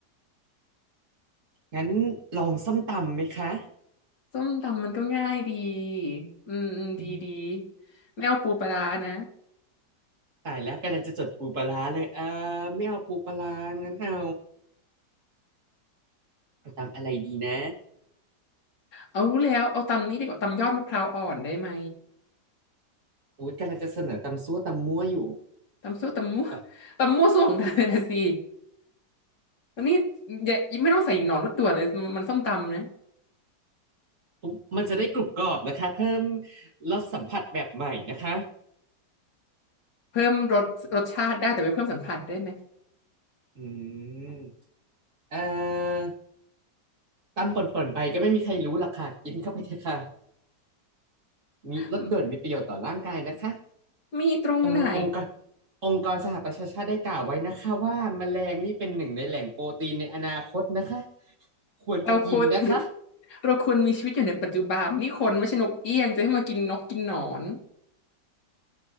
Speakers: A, on the right (about 45°); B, on the left (about 85°).
A: งั้นลองส้มตำไหมคะ
B: ส้มตำมันก็ง่ายดีอืมอืมดีดี
A: อืม
B: ไม่เอาปูปลาร้านะ
A: ตายแล้วกำลังจะจดปูปลาร้าเลยเออไม่เอาปูปลาร้างั้นเอาเอาตำอะไรดีนะ
B: เอารู้แล้วเอาตำนี้ดีกว่าตำยอดมะพร้าวอ่อนได้ไหม
A: อุ๊ยกำลังจะเสนอตำซั่วตำมั่วอยู่
B: ตำซั่วตำมั่ว
A: เออ
B: ตำมั่วซั่วของเธอนะสิอันนี้อย่าไม่ต้องใส่หนอนรถด่วนเลยมันมันส้มตำนะ
A: อุ๊ยมันจะได้กรุบกรอบนะคะเพิ่มรสสัมผัสแบบใหม่นะคะ
B: เพิ่มรสรสชาติได้แต่ไม่เพิ่มสัมผัสได้ไหม
A: อืมเอ่อตำป่นๆไปก็ไม่มีใครรู้หรอกค่ะกินเข้าไปเถอะค่ะมีรสด่วนมีประโยชน์ต่อร่างกายนะคะ
B: มมีตรงไหน
A: ทางองค์การองค์กรสหประชาชาติได้กล่าวไว้นะคะว่าแมลงนี่เป็นหนึ่งในแหล่งโปรตีนในอนาคตนะคะควรจะกินนะคะ
B: เราควร <laughs> เราควรมีชีวิตอยู่ในปัจจุบันนี่คนไม่ใช่นกเอี้ยงจะให้มากินนกกินหนอน